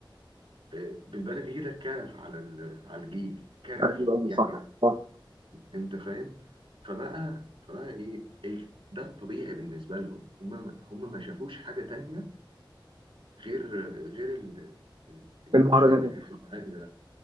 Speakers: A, on the right (about 85°); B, on the right (about 70°).
A: آه، بالبلدي كده كرف على ال- على الجيل كرف
B: ايوه
A: يعني
B: صح صح
A: انت فاهم فبقى فبقى ايه ال... ده الطبيعي بالنسبه لهم هم ما... هم ما شافوش حاجه تانية غير غير ال... ال... الكلام
B: المهرجانات
A: اللي في الاغاني ده